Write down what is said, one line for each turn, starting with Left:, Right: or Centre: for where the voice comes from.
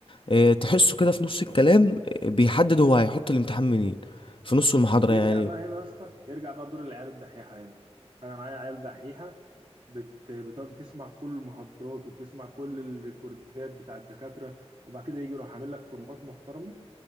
Left: آه، تحسه كده في نص الكلام آه، بيحدد هو هيحط الامتحان منين في نص المحاضرة
Right: يرجع
Left: يعني
Right: بقى هنا يا اسطى يرجع بقى دور العيال الدحيحه هنا انا معايا عيال دحيحه بت... بتقعد بتسمع كل المحاضرات وبتسمع كل الريكوردات بتاع الدكاتره وبعد كده يجي يروح عامل لك فورمات محترمه